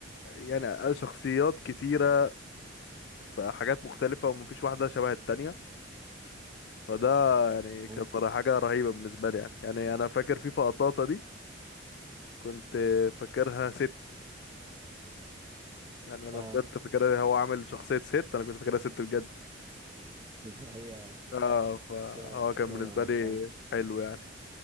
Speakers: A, on the left (about 60°); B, on the right (about 25°).
A: يعني شخصيات كتيره في حاجات مختلفه ومفيش واحده شبه التانية فده يعني
B: مم.
A: كانت حاجه رهيبه بالنسبه لي يعني يعني انا فاكر في فقطاطه دي كنت فاكرها ست يعني انا
B: اه
A: بجد فاكرها هو عامل شخصيه ست انا كنت فاكرها ست بجد
B: في الحقيقه يعني
A: اه فهو
B: اه
A: كان
B: آه،
A: بالنسبه لي
B: فاهم
A: حلو يعني